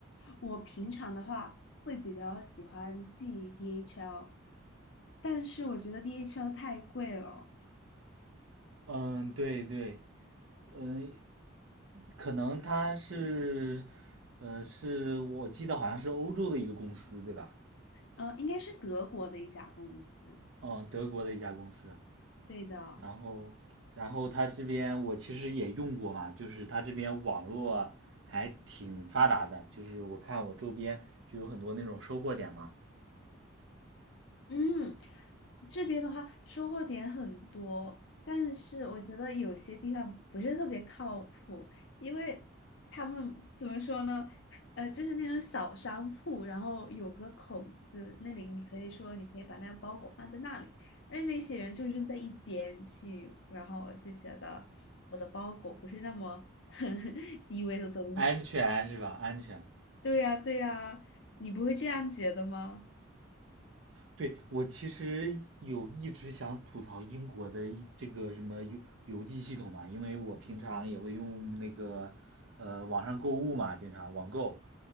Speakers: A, on the left; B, on the right.
A: 我平常的话会比较喜欢寄 DHL，但是我觉得 DHL 太贵了，
B: 嗯，对对，嗯，可能它是，呃，是我记得好像是欧洲的一个公司对吧？
A: 呃，应该是德国的一家公司，
B: 嗯，德国的一家公司。
A: 对的。
B: 然后，然后它这边我其实也用过嘛，就是它这边网络还挺发达的，就是我看我周边就有很多那种收货点嘛，
A: 嗯，这边的话收获点很多，但是我觉得有些地方不是特别靠谱，因为他们怎么说呢？呃，就是那种小商铺，然后有个口子，那里你可以说你可以把那个包裹放在那里，但是那些人就是在一边去，然后我就觉得我的包裹不是那么 <laughs> 低微的东西。
B: 安全是吧？安全。
A: 对呀，对呀，你不会这样觉得吗？
B: 对，我其实有一直想吐槽英国的一这个什么邮邮寄系统嘛，因为我平常也会用那个呃网上购物嘛，经常网购，